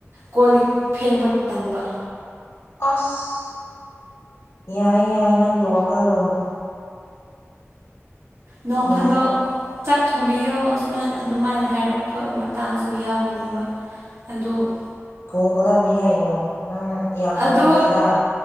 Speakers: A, on the right (about 80°); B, on the left (about 85°).
A: ꯀꯣꯜ ꯂꯤꯛ ꯐꯦꯡꯕ ꯇꯟꯕ
B: ꯑꯁ ꯌꯥꯏ ꯌꯥꯏ ꯅꯪꯒꯤ ꯋꯥꯈꯜꯂꯣꯟꯗꯨ
A: ꯅꯣꯡ ꯐꯥꯗꯣꯛ
B: ꯌꯥꯏ
A: ꯆꯥꯛ ꯊꯣꯡꯕꯤꯌꯣ ꯁꯨꯃꯥꯏꯅ ꯑꯗꯨꯃꯥꯏꯅ ꯍꯥꯏꯔꯛꯄ ꯃꯇꯥꯡꯁꯨ ꯌꯥꯎꯒꯅꯦꯕ ꯑꯗꯣ
B: ꯊꯣꯡꯒꯗꯕꯅꯤ ꯀꯩꯅꯣ ꯅꯪ ꯌꯥꯝ ꯍꯣꯡꯉꯦꯗ
A: ꯑꯗꯣ